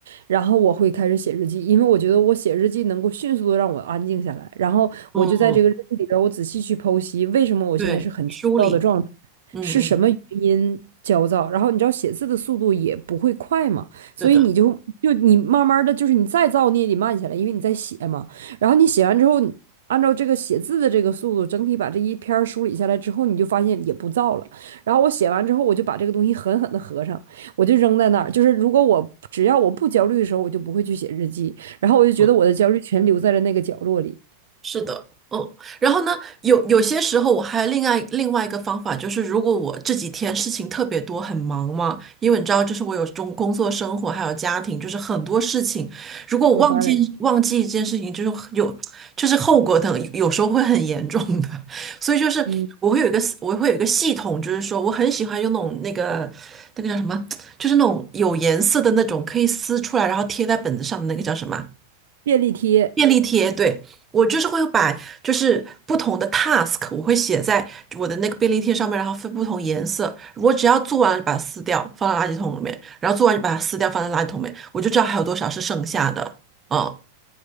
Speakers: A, on the right; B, on the right.
A: 然后我会开始写日记，因为我觉得我写日记能够迅速的让我安静下来，然后我就在这个日记里边儿我仔细去剖析为什么我现在是很焦躁的状态，
B: 嗯，对，梳理，嗯嗯，
A: 是什么原因焦躁，然后你知道写字的速度也不会快嘛，所以你就就你慢慢的就是你再躁你也得慢下来，
B: 对的。
A: 因为你在写嘛。然后你写完之后，按照这个写字的这个速度，整体把这一篇梳理下来之后，你就发现也不燥了。然后我写完之后，我就把这个东西狠狠的合上，我就扔在那儿。就是如果我只要我不焦虑的时候，我就不会去写日记。然后我就觉得我的焦虑全留在了那个角落里。
B: 嗯。是的，嗯，然后呢，有有些时候我还另外另外一个方法就是，如果我这几天事情特别多，很忙嘛，因为你知道，就是我有中工作、生活还有家庭，就是很多事情，如果我忘记忘记一件事情，
A: 要 balance，
B: 就是有就是后果等有时候会很严重的，<laughs> 所以就是我会有一个我会有一个系统，
A: 嗯，
B: 就是说我很喜欢用那种那个那个叫什么，就是那种有颜色的那种可以撕出来然后贴在本子上的那个叫什么啊？
A: 便利贴，
B: 便利贴，对，我就是会把就是不同的 task，我会写在我的那个便利贴上面，然后分不同颜色。我只要做完了就把它撕掉，放到垃圾桶里面，然后做完就把它撕掉，放在垃圾桶里面，我就知道还有多少是剩下的。嗯，